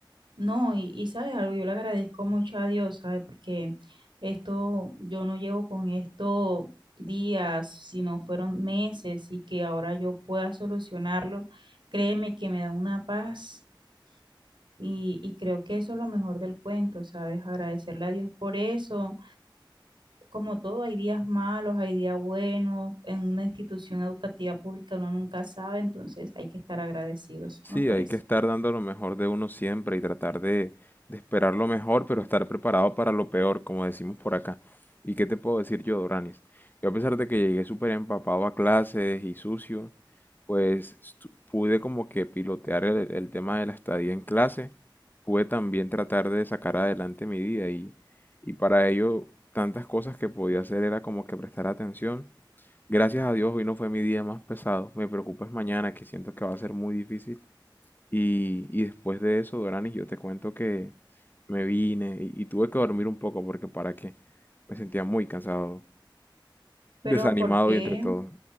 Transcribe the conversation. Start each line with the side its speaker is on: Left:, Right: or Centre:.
Right: No, y, y sabes algo, yo le agradezco mucho a Dios, ¿sabes? Porque esto, yo no llevo con esto días, sino fueron meses y que ahora yo pueda solucionarlo, créeme que me da una paz y, y creo que eso es lo mejor del cuento, ¿sabes? Agradecerle a Dios por eso. Como todo, hay días malos, hay días buenos, en una institución educativa pública uno nunca sabe, entonces hay que estar agradecidos,
Left: Sí,
Right: ¿no crees?
Left: hay que estar dando lo mejor de uno siempre y tratar de, de esperar lo mejor, pero estar preparado para lo peor, como decimos por acá. ¿Y qué te puedo decir yo, Doranis? Yo a pesar de que llegué súper empapado a clases y sucio, pues estu- pude como que pilotear el, el tema de la estadía en clase, pude también tratar de sacar adelante mi día y, y para ello tantas cosas que podía hacer era como que prestar atención Gracias a Dios, hoy no fue mi día más pesado. Me preocupa es mañana, que siento que va a ser muy difícil. Y, y después de eso, Doranis, yo te cuento que me vine y, y tuve que dormir un poco porque para qué. Me sentía muy cansado,
Right: Pero
Left: desanimado
Right: ¿por qué?
Left: y entre todo.